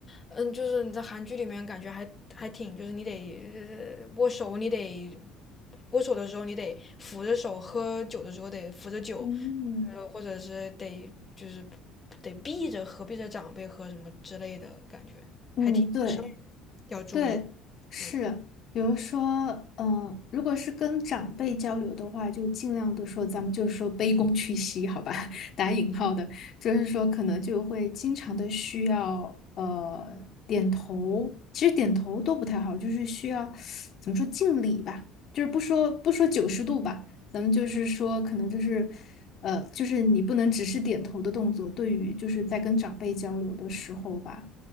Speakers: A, on the left (about 25°); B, on the left (about 55°).
A: 嗯，就是你在韩剧里面感觉还还挺，就是你得呃握手，你得握手的时候你得扶着手，喝酒的时候得扶着酒，
B: 嗯，
A: 呃，或者是得就是得避着喝，避着长辈喝什么之类的感觉，
B: 嗯，对。
A: 是要注意的
B: 对，是，
A: 嗯，
B: 比如说，嗯、如果是跟长辈交流的话，就尽量的说，咱们就是说卑躬屈膝，好吧，<laughs> 打引号的，就是说可能就会经常的需要呃点头，其实点头都不太好，就是需要怎么说敬礼吧，就是不说不说九十度吧，咱们就是说可能就是呃就是你不能只是点头的动作，对于就是在跟长辈交流的时候吧。